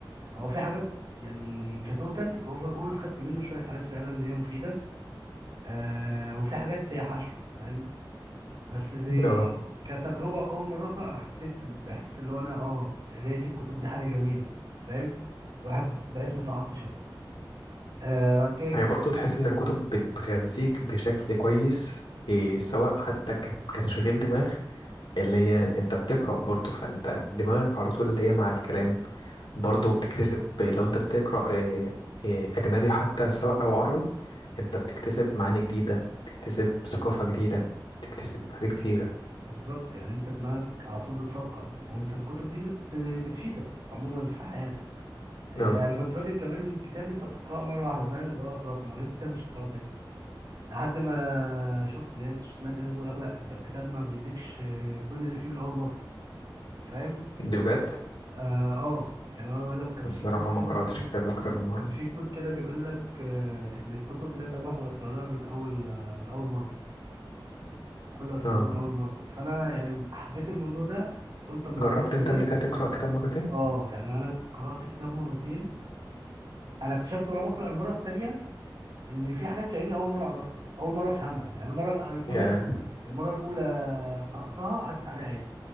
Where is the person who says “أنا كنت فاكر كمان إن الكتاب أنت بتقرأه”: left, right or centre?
Right